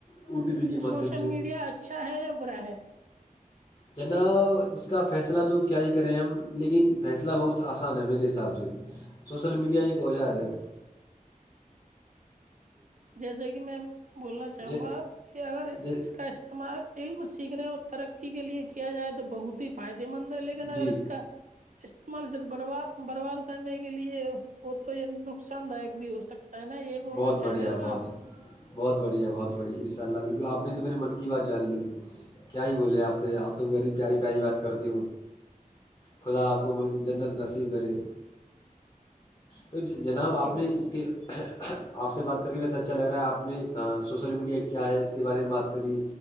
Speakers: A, on the left; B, on the right.
A: او ٹی پی کے مادھیم
B: شوشل
A: سے
B: میڈیا اچھا ہے یا برا ہے
A: جناب اس کا فیصلہ تو کیا ہی کریں ہم لیکن فیصلہ بہت آسان ہے میرے حساب سے شوشل میڈیا ایک اوزار ہے
B: جیسے کہ میں بولنا چاہوں
A: ج...
B: گا کہ اگر
A: ج...
B: اس کا تمارے علم سیکھنے اور ترقی کے لیے کیا جائے تو بہت ہی فائدے مند ہے لیکن لیکن
A: جی
B: اگر اس کا استعمال گر برباد برباد کرنے کے لیے ہو تو یہ نقصان دایک بھی ہو سکتا تا نا یہ بولنا
A: بہت
B: چاہ
A: بڑھیا
B: رہے ہو
A: بہت
B: نا
A: بہت بڑھیا بہت بڑھیا انشاء اللہ بالکل آپ نے تو میرے من کی بات جان لی کیا ہی بولے آپ سے آپ تو بڑی پیاری پیاری بات کرتی خدا آپ م کو جنت نصیب کرے تو جناب آپ
B: جی بھائی
A: نے اس کے آپ سے بات کر کے وسا اچھا لگ رہا ہے آپ نے شوشل میڈیا کیا ہے اس کے بارے میں بات کری